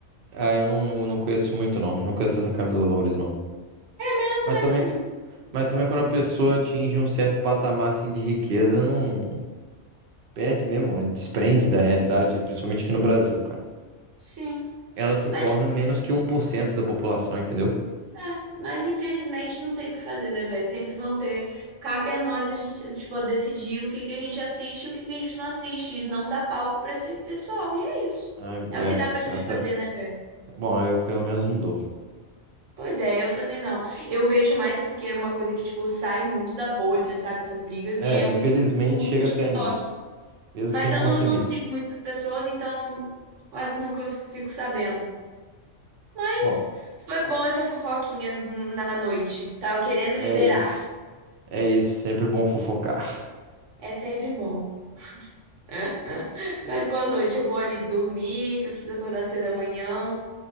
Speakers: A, on the right (about 55°); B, on the right (about 80°).
A: Ah, eu não, não, não conheço muito, não. Não conheço essa Camila Loures, não.
B: Não
A: Mas
B: conhecia
A: também,
B: também não.
A: mas também quando a pessoa atinge um certo patamar, assim, de riqueza, não. Perde mesmo, é, desprende da realidade, principalmente aqui no Brasil, cara.
B: Sim,
A: Ela se
B: mas,
A: torna menos que um por cento da população, entendeu?
B: é, mas infelizmente não tem o que fazer, né, velho? Sempre vão ter. Cabe a nós a gente, tipo, decidir o que que a gente assiste e o que que a gente não assiste. E não dar palco pra esse pessoal. E é isso.
A: Ah,
B: É
A: é,
B: o que dá pra
A: graças
B: gente fazer,
A: a...
B: né, velho?
A: Bom, eu pelo menos não dou.
B: Pois é, eu também não. Eu vejo mais porque é uma coisa que, tipo, sai muito da bolha, sabe? Essas brigas.
A: É,
B: E eu
A: infelizmente
B: uso
A: chega
B: o TikTok.
A: até mim, mesmo
B: Mas
A: sem
B: eu
A: consumir.
B: não, não sigo muito essas pessoas, então quase nunca fico sabendo. Mas
A: Bom,
B: foi bom essa fofoquinha n- na noite. Tava querendo
A: é
B: liberar.
A: isso. É isso, sempre bom fofocar.
B: É sempre bom. <laughs> Mas boa noite, eu vou ali dormir, que eu preciso acordar cedo amanhã.